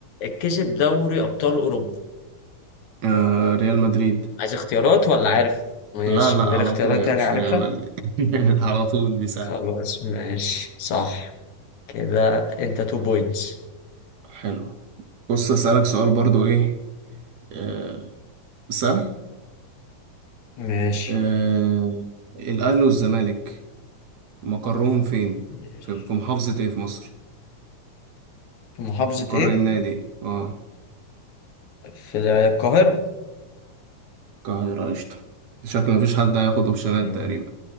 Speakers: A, on the left; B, on the right.
A: كسب دوري ابطال اوروبا
B: آه ريال مدريد
A: عايز اختيارات ولا عارف ماشي
B: لا لا
A: من غير
B: على
A: اختيارات
B: طول يا
A: يعني
B: باشا
A: عارفها
B: ريال مدريد <laughs> على طول دي سهلة
A: خلاص ماشي صح كده انت تو بوينتس
B: حلو بص أسألك سؤال برضو ايه آه سهل
A: ماشي
B: آه الأهلي والزمالك مقرهم فين
A: ماشي
B: في, في محافظة ايه في مصر
A: في محافظة
B: مقر
A: ايه؟
B: النادي إيه؟ اه
A: في القاهرة
B: القاهرة قشطة شكل مفيش حد هياخد اوبشنات
A: مم.
B: تقريبا